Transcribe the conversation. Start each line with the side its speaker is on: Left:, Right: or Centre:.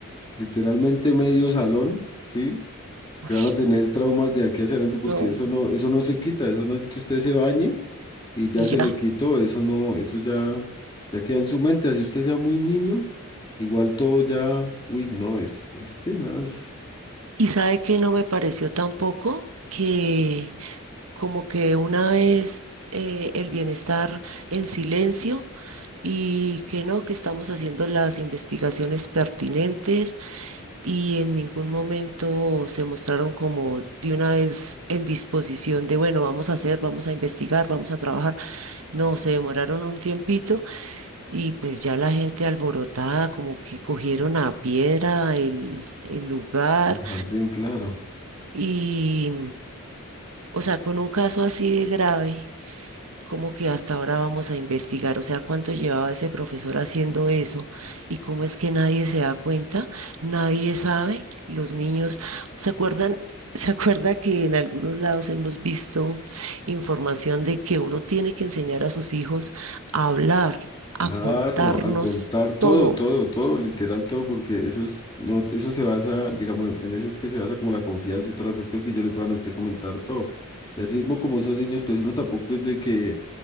Left: literalmente medio salón, ¿sí?
Right: uy,
Left: Que van a tener traumas de aquí hacia adelante, porque
Right: no,
Left: eso no, eso no se quita, eso no es que usted se bañe y ya
Right: y
Left: se
Right: ya.
Left: le quitó, eso no, eso ya, ya queda en su mente, así usted sea muy niño, igual todo ya, uy, no, es, este nada, es
Right: ¿Y sabe que no me pareció tampoco? que como que una vez eh, el bienestar en silencio y que no, que estamos haciendo las investigaciones pertinentes y en ningún momento se mostraron como de una vez en disposición de, bueno, vamos a hacer, vamos a investigar, vamos a trabajar. No, se demoraron un tiempito y pues ya la gente alborotada, como que cogieron a piedra el, el lugar
Left: Ujú. jardín, claro.
Right: y, o sea, con un caso así de grave. como que hasta ahora vamos a investigar, o sea, cuánto llevaba ese profesor haciendo eso y cómo es que nadie se da cuenta, nadie sabe, los niños se acuerdan. <laughs> ¿Se acuerda que en algunos lados hemos visto información de que uno tiene que enseñar a sus hijos a hablar, a
Left: Claro,
Right: contarnos
Left: a contar todo,
Right: todo?
Left: todo, todo, literal todo, porque eso es, no, eso se basa, digamos, en eso es que se basa como la confianza y toda la cuestión que yo le puedan a usted comentar todo. Y así mismo como son niños, pues uno tampoco es de que,